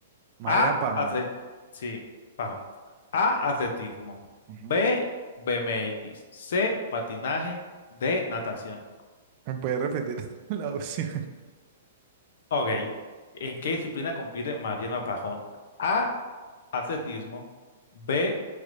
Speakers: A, on the right; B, on the left.
A: Mariana
B: A,
A: Pajón.
B: atle- sí, Pajón. A, atletismo. B,
A: Ujú.
B: BMX. C, patinaje. D, natación.
A: ¿Me puede repetir <laughs> la opción?
B: Ok, ¿en qué disciplina compite Mariana Pajón? A, atletismo, B,